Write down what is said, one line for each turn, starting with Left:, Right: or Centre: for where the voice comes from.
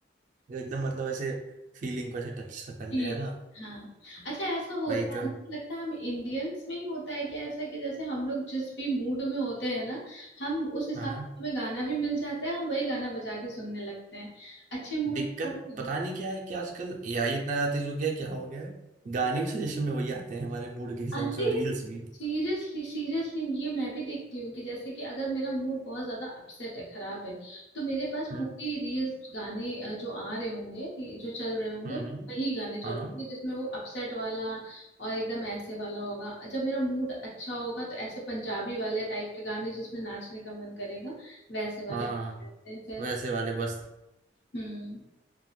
Right: जो एकदम मतलब ऐसे फीलिंग को ऐसे टच सा कर ले
Left: फील
Right: है ना
Left: हाँ अच्छा ऐसा होता
Right: वही
Left: है
Right: तो
Left: मुझे लगता है हम इंडियंस में ही होता है कि ऐसा कि जैसे हम लोग जिस भी मूड में होते हैं ना हम उस हिसाब
Right: हाँ हाँ
Left: से हमें गाना भी मिल जाता है हम वही गाना बजा के सुनने लगते हैं अच्छे मूड
Right: दिक्कत
Left: में होंगे
Right: पता नहीं क्या है कि आजकल एआई इतना ज्यादा तेज हो गया है, क्या हो गया है गाने भी सजेशन में वही आते हैं हमारे मूड के हिसाब
Left: अरे
Right: से और रील्स भी
Left: सीरियसली सीरियसली ये मैं भी देखती हूँ कि जैसे कि अगर मेरा मूड बहुत ज्यादा अपसेट है खराब है तो मेरे पास
Right: हम्म
Left: पूरी रील्स गाने अ, जो आ रहे होंगे ये जो चल रहे होंगे
Right: हम्म हम्म,
Left: वही गाने चल
Right: हाँ हाँ
Left: रहे होंगे जिसमें वो अपसेट वाला और एकदम ऐसे वाला होगा जब मेरा मूड अच्छा होगा तो ऐसे पंजाबी वाले टाइप के गाने जिसमें नाचने का मन करेगा वैसे वाले
Right: हाँ
Left: गाने होते हैं फिर
Right: वैसे वाले बस
Left: हम्म